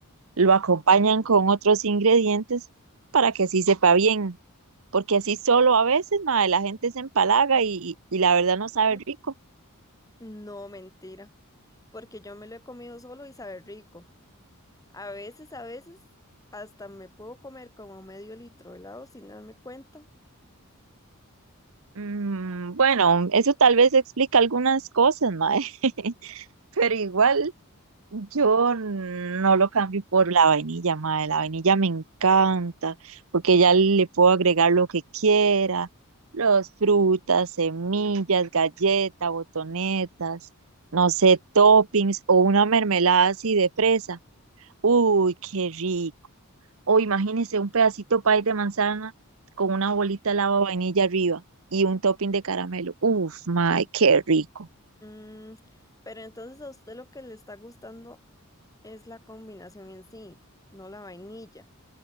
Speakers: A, on the right; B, on the left.
A: lo acompañan con otros ingredientes para que así sepa bien. Porque así solo a veces, mae, la gente se empalaga y, y la verdad no sabe
B: Mm,
A: rico.
B: No, mentira, porque yo me lo he comido solo y sabe rico. A veces, a veces, hasta me puedo comer como medio litro de helado sin darme cuenta.
A: Mm, bueno, eso tal vez explica algunas cosas, mae. <laughs> pero igual yo no lo cambio por la vainilla, madre. La vainilla me encanta porque ya le puedo agregar lo que quiera, los frutas, semillas, galletas, botonetas, no sé, toppings o una mermelada así de fresa. Uy, qué rico. O imagínese un pedacito pie de manzana con una bolita de lava vainilla arriba y un topping de caramelo. Uf, madre, qué rico.
B: Mm, pero entonces a usted lo que le está gustando es la combinación en sí, no la vainilla.